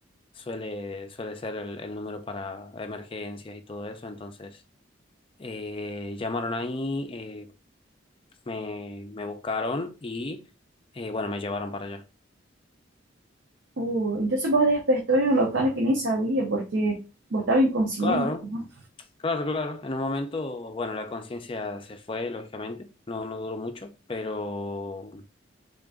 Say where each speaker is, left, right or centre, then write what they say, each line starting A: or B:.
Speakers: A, on the left (about 25°); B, on the right (about 70°).
A: suele, suele ser el, el número para emergencias y todo eso. Entonces, eh, llamaron ahí, eh, me, me buscaron y eh, bueno, me llevaron para allá.
B: Uh, entonces vos despertó en un local que ni sabía porque vos estabas inconsciente.
A: Claro,
B: ¿no?
A: claro, claro. En un momento, bueno, la conciencia se fue, lógicamente. No, no duró mucho, pero